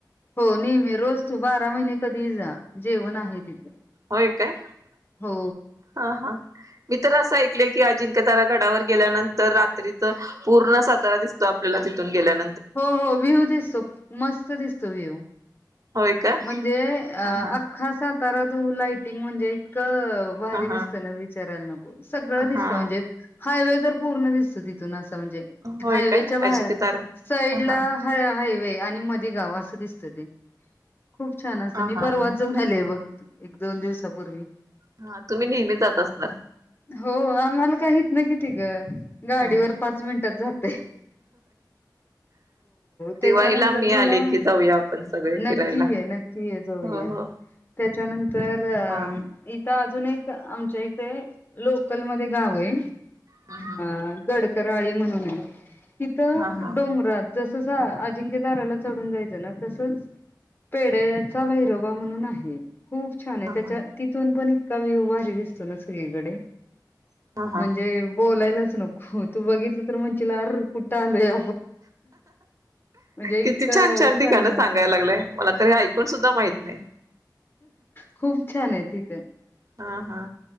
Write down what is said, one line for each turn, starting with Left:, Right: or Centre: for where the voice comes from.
Left: हो नेहमी रोज तू बारा महिने कधीही जा जेवण आहे तिथे
Right: होय काय
Left: हो
Right: हा हा मी तर असं ऐकलय की अजिंक्यतारा गडावर गेल्यानंतर रात्रीच पूर्ण सातारा दिसतो आपल्याला तिथून गेल्या न
Left: हो हो व्ह्यू दिसतो, मस्त दिसतो व्ह्यू
Right: होय का
Left: म्हणजे... अ
Right: ह
Left: आख्खा सातारा तू लाइटिंग म्हणजे क अ भारी
Right: हा
Left: दिसत
Right: ह
Left: ना विचारायला नको सगळं
Right: हा
Left: दिसत
Right: हा
Left: म्हणजे हायवे तर पूर्ण दिसतो तिथून अस. म्हणजे
Right: होय
Left: हायवेच्या
Right: काय
Left: बाहेर
Right: अजिंक्य तारा
Left: साईडला
Right: हा हा
Left: हाय हायवे ते आणि मध्ये गाव असं दिसत ते खूप छान असतं
Right: हा
Left: मी
Right: हा
Left: परवाच
Right: हा
Left: जाऊन आलेय बघ एकदोन दिवसापूर्वी
Right: हा. तुम्ही नेहमी जात असणार
Left: हो आम्हाला काय हितनं किती ग गाडीवर
Right: ह
Left: पाच मिनटात जातो <inaudible> हो त्याच्यानंतर
Right: दिवाळीला मी
Left: तुला
Right: आले की जाऊया आपण सगळे
Left: नक्की
Right: फिरायला
Left: ये नक्की ये जाऊया
Right: हो हो
Left: त्याच्यानंतर
Right: हा
Left: इथं अजून एक आमच्या इथे लोकल मध्ये गाव आहे
Right: हा हा
Left: अ गडकरी काळी म्हणूनून आहे तिथ
Right: हा हा
Left: डोंगरात जस तसं अजिंक्यदाराला चढून जायचं ना तसंच पेडयाचा भैरोबा म्हणून आहे खूप छान आहे त्याच्या
Right: हा
Left: तिथून पण विव भारी दिसतो ना सगळीकडे
Right: हा हा
Left: म्हणजे बोलायला तू बघितलं तर म्हण अर कुठं आलोय म्हणजे इतक
Right: किती छान छान ठिकाणं
Left: सांगण्यासारख
Right: सांगायला मला तरी ऐकून सुद्धा माहत नाही
Left: खूप छान आहे ति
Right: हा हा